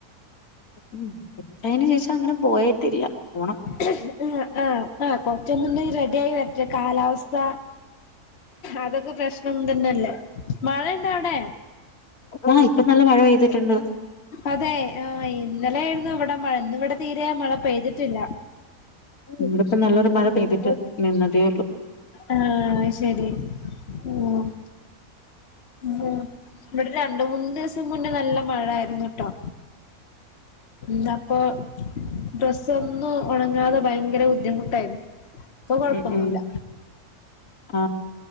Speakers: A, on the left (about 80°); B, on the left (about 50°).
A: ഉം കൊച്ചായെന് ശേഷം അങ്ങനെ പോയേട്ടില്ല. പോണം
B: ആഹ് ആഹ് ആഹ് കൊച്ചൊന്ന്ണ് റെഡി ആയി വരട്ടെ കാലാവസ്ഥ അതൊക്കെ പ്രശ്നം മുണ്ടെന്നല്ലേ മഴ ഇണ്ടാവടെ?
A: ആഹ് ഇപ്പ നല്ല മഴ പെയ്തിട്ട്ണ്ട്.
B: അതെ ആഹ് ഇന്നലെ ആയിരുന്നു ഇവിടെ മഴ. ഇന്ന് ഇവിടെ തീരെ മഴ പെയ്തിട്ടില്ല.
A: ഇവിടെപ്പ നല്ലൊരു മഴ പെയ്തിട്ട് നിന്നതേ ഉള്ളൂ
B: ആഹ് അഹ് ശെരി ഉം മ് ഇവിടെ രണ്ട് മൂന്ന്ദിവസം മുന്നേ നല്ല മഴായിര്ന്നുട്ടോ. ന്താപ്പോ ഡ്രെസ്സൊന്നും ഒണങ്ങാതെ ഭയങ്കര ബുദ്ധിമുട്ടായിരുന്നു. ഇപ്പൊ കൊഴപ്പൊന്നൂല്ല.
A: ഉം ഉം ആ